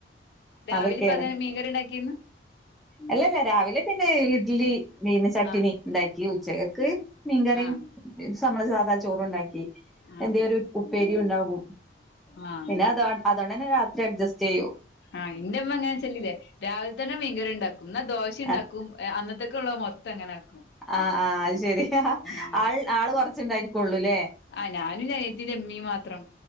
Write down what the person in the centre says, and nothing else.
അതൊക്കെയാണ്
അല്ലല്ല രാവിലെ പിന്നേ ഇഡ്ലി പിന്നേ ചട്ടിണി
ഉണ്ടാക്കി ഉച്ചകക്ക് മീൻകറിം
സമ്മളെ സാദാ ചോറും ഉണ്ടാക്കി
എന്തേരു ഉപ്പേരിയുണ്ടാകും
പിന്നെ അതോ അതോണ്ടന്നെ രാത്രി അഡ്ജസ്റ്റയ്യും
ആ
ആഹ് ആഹ് അത് ശരി ആ
ആൾ ആള് കൊറച്ച്ണ്ടായിരിക്കൊള്ളൂല്ലേ